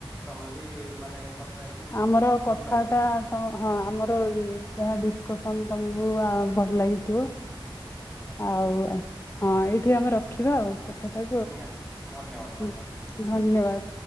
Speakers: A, in the centre; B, on the left.
A: ତମେ ବି ମାନେ କଥା ହେଇକି
B: ଆମର କଥାଟା
A: ଭଲ ଲାଗିଥ ତମକୁ
B: ତ ହଁ ଆମର ଯାହା ଡିସକସନ ତମକୁ ଭଲ ଲାଗିଥିବ
A: ନିହାତି
B: ଆଉ ହଁ ଏଇଠି ଆମେ ରଖିବା ଆଉ। ଆ
A: ନିହାତି ଧନ୍ୟବାଦ
B: ହ
A: ଧନ୍ୟବାଦ।
B: ଧନ୍ୟବାଦ।